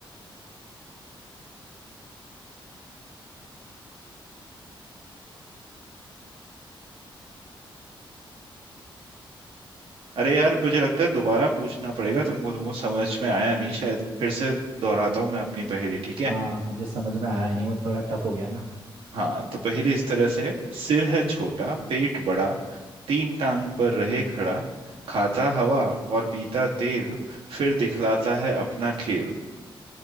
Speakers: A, on the right; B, on the right.
A: अरे यार मुझे लगता है दोबारा पूछना पड़ेगा तुमको तुमको समझ में आया नहीं शायद फिर से दोहराता हूँ मैं अपनी पहेली ठीक है
B: हाँ मुझे समझ में आया नहीं वो थोड़ा टफ हो गया ना
A: हाँ तो पहेली इस तरह से है सिर है छोटा पेट बड़ा तीन टांग पर रहे खड़ा खाता हवा और पीता तेल फिर दिखलाता है अपना खेल